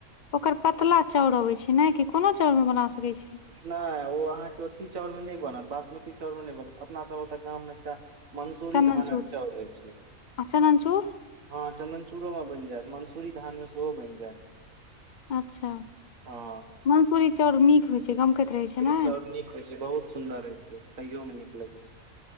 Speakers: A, on the left; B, on the right.
A: ओकर पतला चौङ अबे छै ने कि कोनो चौङ मे बना सकै छीये।
B: ने ओ अहाँके ओथी चौङ मे ने बनत बासमती चौङ मे ने बनत अपना सब ओता गाममे एकटा मंसूरी
A: चननचूर
B: धानक चौङ होए छैय।
A: आ चननचूर
B: हाँ चंदनचूड़ो मे बेन जायत मंसूरी धानमे सेहो बेन जायत।
A: अच्छा
B: हँ
A: मंसूरी चौङ नीक होय छै गमकैत रहे छै।
B: मंसूरी
A: ने
B: चौङ नीक होय छै बहुत सुन्दर होय छै खाइयो में नीक लगे छै।